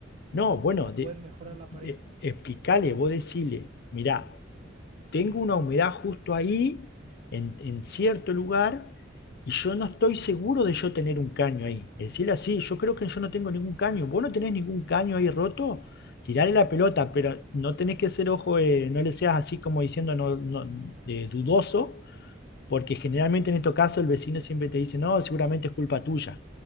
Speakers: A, on the left; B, on the right.
A: No, bueno,
B: para
A: de,
B: poder mejorar la
A: de-
B: pared?
A: explicale, vos decile, mirá, tengo una humedad justo ahí, en, en cierto lugar, y yo no estoy seguro de yo tener un caño ahí. Es decir, así, yo creo que yo no tengo ningún caño. ¿Vos no tenés ningún caño ahí roto? Tirale la pelota, pero no tenés que ser ojo, eh, no le seas así como diciendo no, no, eh, dudoso, porque generalmente en estos casos el vecino siempre te dice, no, seguramente es culpa tuya.